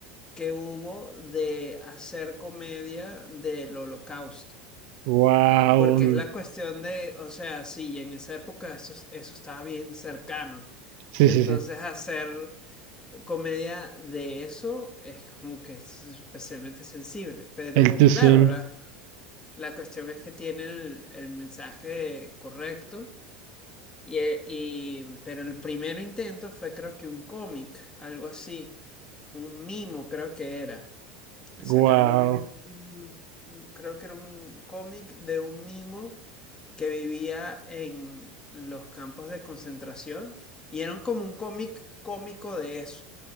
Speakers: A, on the left (about 20°); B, on the right (about 65°).
A: que hubo de hacer comedia del holocausto.
B: Wow.
A: Porque es la cuestión de, o sea, sí, en esa época eso, eso estaba bien cercano.
B: Sí,
A: Entonces
B: sí, sí.
A: hacer comedia de eso es como que es especialmente sensible, pero
B: El Too
A: claro,
B: Soon.
A: la, la cuestión es que tiene el, el mensaje correcto, y, e- y- pero el primer intento fue creo que un cómic, algo así, un mimo creo que era, sacaron
B: wow.
A: un, un- un- creo que era un cómic de un mimo que vivía en los campos de concentración y era como un cómic cómico de eso.